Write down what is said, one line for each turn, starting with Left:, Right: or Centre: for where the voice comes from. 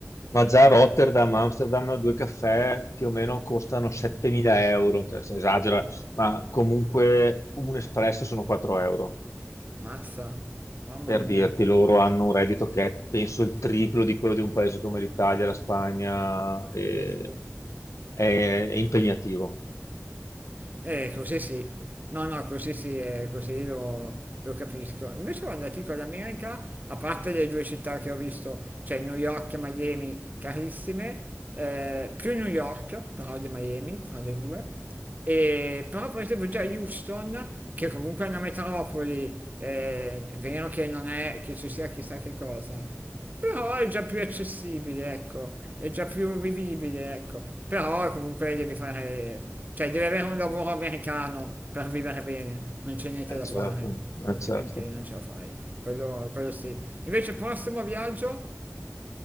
Left: Ma già a Rotterdam, Amsterdam, due caffè più o meno costano 7.000 euro, cioè si esagera,
Right: Eh,
Left: ma comunque un espresso sono 4 euro.
Right: Mazza, mamma
Left: Per
Right: mia,
Left: dirti, loro hanno un reddito che è penso il triplo di quello di un paese come l'Italia, la Spagna, e-
Right: Eh sì.
Left: è, è impegnativo.
Right: Eh, così sì, no, no, così sì, eh, così lo, lo capisco. Invece guarda, ti dico, l'America, a parte le due città che ho visto, cioè New York e Miami, carissime, eh, più New York, però di Miami, tra le due, E- però per esempio già Houston, che comunque è una metropoli, eh, è vero che non è che ci sia chissà che cosa, però è già più accessibile, ecco, Eh, è già più vivibile, ecco, però comunque devi fare, cioè devi avere un lavoro americano per vivere bene, non c'è niente
Left: Eh,
Right: da
Left: certo,
Right: fare,
Left: eh,
Right: altrimenti
Left: certo.
Right: non ce la fai, quello, quello sì. Invece prossimo viaggio?